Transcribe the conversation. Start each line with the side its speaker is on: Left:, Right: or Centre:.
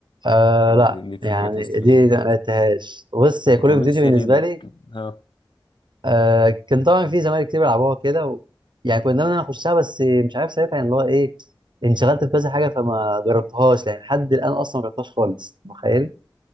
Right: آه لا
Left: ليك في
Right: يعني
Left: الحاجات الاستراتيجيه
Right: دي ما لعبتهاش بص هي
Left: ما
Right: كول
Left: كملتش
Right: اوف ديوتي
Left: فيها
Right: بالنسبه
Left: ليه ده
Right: لي
Left: اه
Right: آه كان طبعا في زمايلي كتير بيلعبوها كده و... يعني كنت دايما انا اخشها بس مش عارف ساعتها يعني اللي هو ايه انشغلت في كذا حاجه فما جربتهاش يعني لحد الان اصلا ما جربتهاش خالص متخيل